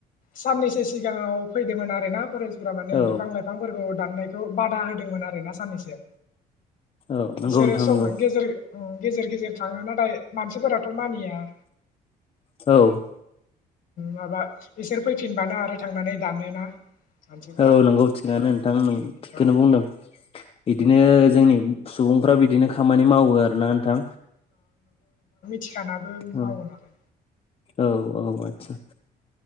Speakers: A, on the left; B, on the left.
A: साननैसो सिगाङाव फैदोंमोन आरोना परेस फोरा माने
B: औ
A: बिफां लाइफांफोरखौ दाननायखौ बादा होदोंमोन आरो ना साननैसो।
B: औ नंगौ
A: बेसोरो
B: नोंथां
A: सम
B: नंगौ
A: गेजेर ओं गेजेर गेजेर थाङो नाथाय मानसिफोराथ मानिया।
B: औ
A: माबा इसोर फैफिनबानो आरो थांनानै दानोना। मानसिफोरा
B: औ नंगौ थिगानो नोंथां नों थिगखौनो
A: ओं
B: बुंदों। बिदिनो
A: उम
B: जोंनि नि सुबुंफ्रा बिदिनो खामानि मावो आरोना नोंथां।
A: थिखानाबो
B: औ
A: मावो नालाय
B: औ औ आतसा